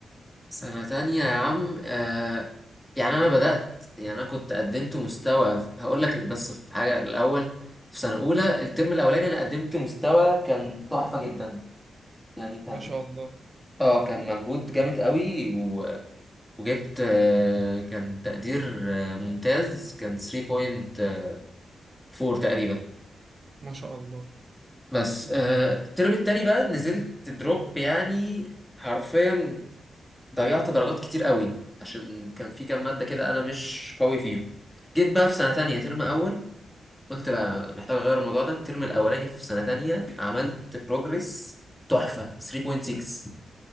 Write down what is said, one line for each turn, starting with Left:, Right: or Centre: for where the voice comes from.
Centre: سنة تانية يا عم آه يعني أنا بدأت يعني أنا كنت قدمت مستوى هقول لك بس في حاجة الأول في سنة أولى الترم الأولاني أنا قدمت مستوى كان تحفة جدا يعني كان
Right: ما شاء الله
Centre: اه كان مجهود جامد قوي و... وجبت آه كان تقدير آه ممتاز كان 3.4 تقريبا
Right: ما شاء الله
Centre: بس آه الترم التاني بقى نزلت دروب يعني حرفيا ضيعت درجات كتير قوي عشان كان في كام مادة كده أنا مش قوي فيهم جيت بقى في سنة تانية ترم أول قلت لا محتاج أغير الموضوع ده الترم الأولاني في سنة تانية عملت بروجرس تحفة 3.6